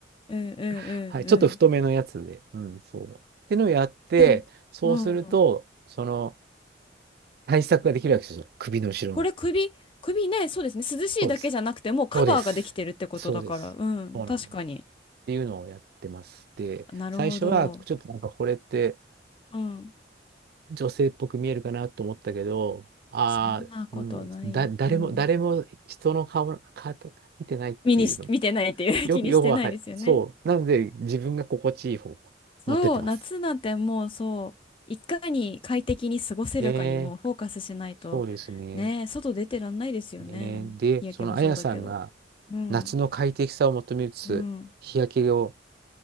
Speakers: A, on the left (about 30°); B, on the right (about 55°).
A: うん、うん、
B: <laughs> はい、
A: うん、
B: ちょっと太めのやつで、
A: うん。
B: うん、そう。ってのをやって、
A: でも、
B: そうすると、
A: うん。
B: その、対策ができるわけですよ、首の後ろが。
A: これ首、首ね、そうですね。涼しいだけじゃなくて、
B: そうです。
A: もうカバーができてるってことだから。
B: そうです。そうです。
A: うん、
B: そうなんです。
A: 確かに。
B: っていうのをやってます。で、
A: なるほど。
B: 最初はちょっとなんかこれって
A: うん。
B: 女性っぽく見えるかなと思ったけど、ああ、
A: そんなことない。
B: うん、だ、誰も、
A: うん。
B: 誰も人の顔、顔とか見てないっていうの、
A: 見にし、見てないっていう
B: よく、
A: <laughs> 気にしてないですよね。
B: よくわかる。そう。なので、自分が心地いい方向
A: そう、
B: 持ってってます。
A: 夏なんてもうそう、いかに快適に過ごせるかにもうフォーカスしないと、
B: ねえ、そうですね。
A: ね、外出てらんないですよね。
B: ねえ、で、
A: 日焼けもそうだけど。
B: そのあやさんが
A: うん。
B: 夏の快適さを求めつつ、
A: うん。
B: 日焼けを